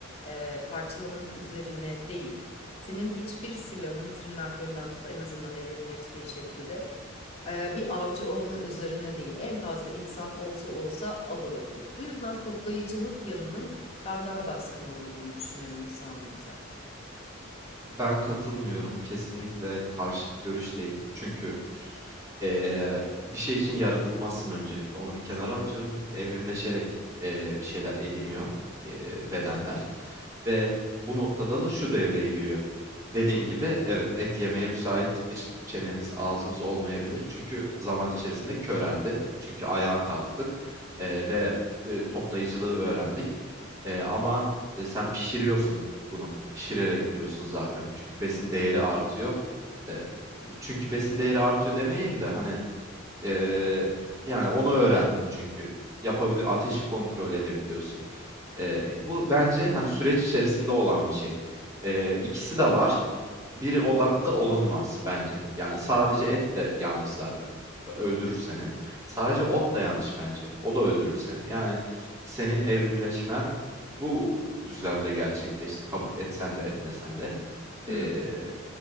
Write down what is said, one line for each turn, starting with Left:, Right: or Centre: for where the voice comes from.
Left: e, parçalamak üzerine değil. Senin hiçbir silahın tırnaklarından tut en azından evrimleştiği şekilde e, bir avcı olma üzerine değil. En fazla insan olsa olsa av olabilir. Bu yüzden toplayıcılık yanının ben daha baskın olduğunu düşünüyorum insanlıkta.
Right: Ben katılmıyorum. Kesinlikle karşıt görüşteyim. Çünkü eee, bir şey için yaratılmazsın öncelikle. Onu bir kenara atıyorum. Evrimleşerek eee, bir şeyler ediniyor eee, bedenler. Ve bu noktada da şu devreye giriyor. Dediğin gibi evet et yemeye müsait bir çenemiz, ağzımız olmayabilir. Çünkü zaman içerisinde köreldi. Çünkü ayağa kalktık eee, ve e, toplayıcılığı öğrendik. Eee, ama e, sen pişiriyorsun bunu. Pişirerek yiyorsun zaten. Çünkü besin değeri artıyor. Eee, çünkü besin değeri artıyor demeyeyim de hani, eee, yani onu öğrendin çünkü. Yapabili ateşi kontrol edebiliyorsun. Eee, bu bence, hani, süreç içerisinde olan bir şey. Eee, ikisi de var. Biri odaklı olunmaz bence. Yani, sadece et de yanlış zaten. öldürür seni. Sadece ot da yanlış bence. O da öldürür seni. Yani, senin evrimleşmen bu düzlemde gerçekleşti, kabul etsen de etmesen de.
Left: Hmm.
Right: Eee,